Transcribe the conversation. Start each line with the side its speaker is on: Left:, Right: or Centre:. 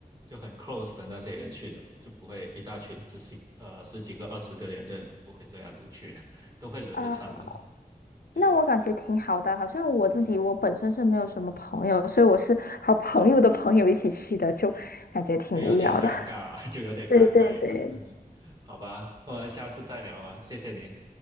Right: 就很 close 的那些人去的，就不会一大群只是呃十几个、二十个人，这不会这样子去，都会轮着唱的。
Left: 啊。
Right: 对，
Left: 那我感觉挺好的，好像我自己我本身是没有什么朋友，所以我是好朋友的朋友一起去的，就感觉挺无聊的。
Right: 就有点尴尬，
Left: <laughs>
Right: <laughs> 就有点尴尬。
Left: 对对对，
Right: <laughs> 好吧，那我们下次再聊吧，谢谢您，